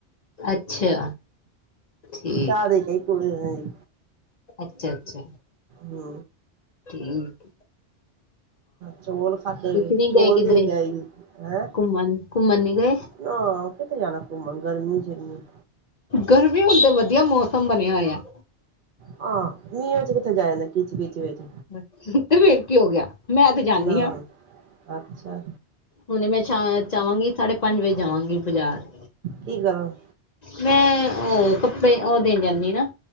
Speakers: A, on the left; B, on the right.
A: ਅੱਛਾ। ਠੀਕ
B: ਚਾਹ ਦੇ ਕੇ ਆਈ
A: ਅੱਛਾ, ਅੱਛਾ।
B: ਹੁ
A: ਠੀਕ।
B: ਚੌਲ ਖਾਧੇ
A: ਤੁਸੀ
B: ਵੇ
A: ਨਹੀ
B: ਚੌਲ
A: ਗਏ ਕਿਧਰੇ
B: ਦੇ ਕੇ ਆਈ ਹੈਂ
A: ਘੁੰਮਣ ਘੁੰਮਣ ਨੀ ਗਏ
B: ਨਾ ਕਿਥੇ ਜਾਣਾ ਘੁੰਮਣ ਗਰਮੀ ਚ ਇਨੀ
A: ਗਰਮੀ ਹੁਣ ਤੇ ਵਧੀਆ ਮੌਸਮ ਬਣਿਆ ਹੋਇਆ।
B: ਹਾਂ ਮੀਹ ਵਿੱਚ ਕਿੱਥੇ ਜਾਆ ਜਾਂਦਾ ਕੀਚ ਕੀਚ ਵਿੱਚ
A: ਤੇ ਫੇਰ ਕਿ ਹੋ ਗਿਆ ਮੈਂ ਤੇ ਜਾਂਦੀ
B: ਨਾ
A: ਹਾਂ।
B: ਅੱਛਾ,
A: ਹੁਣੇ ਮੈਂ ਚ ਚਵਾਂਗੀ ਸਾਢੇ ਪੰਜ ਵਜੇ ਜਾਵਾਂਗੀ ਬਾਜ਼ਾਰ।
B: ਕੀ ਕਰਨ
A: ਮੈਂ ਉਹ ਕੱਪੜੇ ਉਹ ਦੇਣ ਜਾਂਦੀ ਨਾ